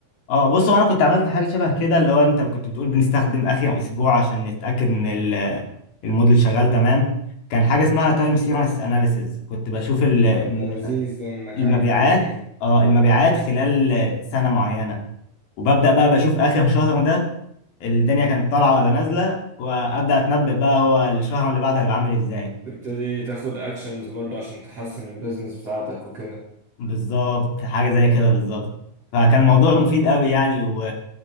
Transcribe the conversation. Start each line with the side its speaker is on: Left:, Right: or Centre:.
Left: اه بص هو انا كنت عملت حاجه شبه كده اللي هو انت كنت بتقول بنستخدم اخر اسبوع عشان نتاكد ان ال- الموديل شغال تمام كان حاجه اسمها تايم سيريس اناليسيز كنت بشوف ال- ال-
Right: طب ده لذيذ ده انك
Left: المبيعات
Right: عارف حاجة زي كده
Left: اه المبيعات خلال سنه معينه وببدا بقى بشوف اخر شهر ده الدنيا كانت طالعه ولا نازله وابدا اتنبأ بقى هو الشهر اللي بعده هيبقى عامل ازاي
Right: تبتدي تاخد اكشنز برضه عشان تحسن البيزنس بتاعتك وكده
Left: بالظبط حاجه زي كده بالظبط فكان الموضوع مفيد قوي يعني و...